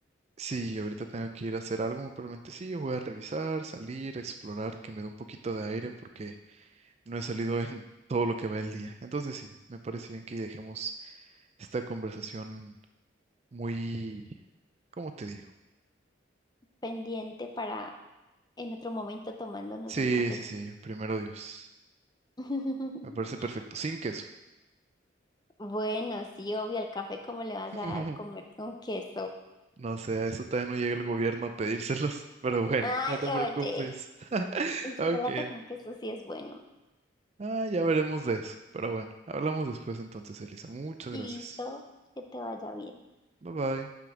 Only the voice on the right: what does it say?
si ahorita tengo que ir a hacer algo, muy probablemente sí, voy a revisar, salir, explorar, que me dé un poquito de aire porque no he salido en todo lo que va el día. Entonces sí, me parece bien que dejemos esta conversación muy... ¿Cómo te digo?
Sí,
sí, sí, primero Dios.
Me parece perfecto, sin queso.
<laughs>
No sé, a eso todavía no llega el gobierno a pedírselos, pero bueno,
no te preocupes.
<laughs>
Ok,
Ah, ya veremos de eso. Pero bueno, hablamos después entonces, Elisa. Muchas gracias.
Bye bye.